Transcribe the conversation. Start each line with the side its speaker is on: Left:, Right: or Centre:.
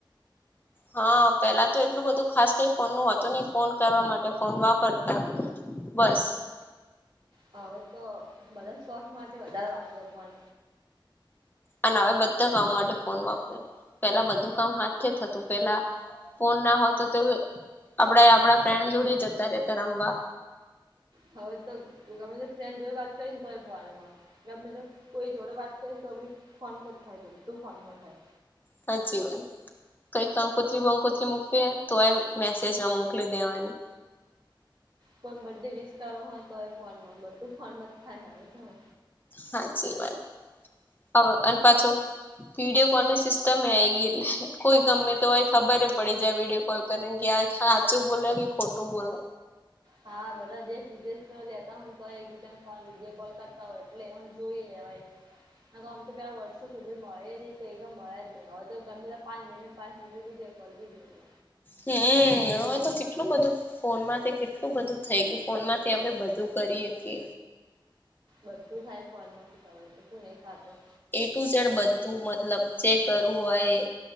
Left: હા પેલા તો એટલું બધું ખાસ કઈ ફોન નું હોતું નહિ ફોન કરવા માટે ફોન વાપરતા બસ
Right: હવે તો બધા શોસ માટે વધારે વાપરો પન
Left: અને હવે બધા કામ માટે ફોન વાપરે. પેલા બધું કામ હાથ થી થતું પેલા ફોન ના હોતું તો આપડે આપડા ફ્રેન્ડ જોડે જતા રતા રમવા.
Right: હવે તો ગમે ફ્રેન્ડ જો વાત કરીને તો <unintelligible> માં એમને તેમ કોઈ જોડે વાત કરી તો બી ફોનમાં જ થાય તો બધ્ધું ફોનમાં થાય.
Left: હાચી વાત. કંઈ કંકોત્રી વંકોત્રી મૂકવે તો એમ મેસેજમાં મોકલી દેવાની.
Right: કોઈને બડે વિસ કરવુ હોય તોય ફોનમાં બધું ફોનમાં જ થાય હવે.
Left: હાચી વાત. અવે અને પાછું વિડીયો કોલ ની સિસ્ટમએ આવી ગઈ એટલે કોઈ ગમે તો હોય ખબર પડી જાય વિડીયો કોલ કરે કે, આ હાચું બોલ કે ખોટું બોલો.
Right: હા બધા દેશ વિદેશ જતા હોયને તો એક બીજા ને ફોન વિડીયો કોલ કરતા હોય એટલે એમ જોઈ લેવાય. હા આમ તો પેલા વર્ષો સુધી મળે ની તો એમ મળ્યા જ નઈ હવે તો ગમે ત તો પાંચ મિનિટ, પાચ મિનટી દે <unintelligible> કલવી જો.
Left: હમ હવે તો કેટલું બધું ફોનમાંથી કેટલું બધું થઈ ગીયું ફોનમાંથી આપડે બધું કરીએ કે.
Right: બધું થાય ફોનમાંથી તા હોય તો શું નઈ થાતો.
Left: તું સેડ બધું મતલબ જે કરું હોય એ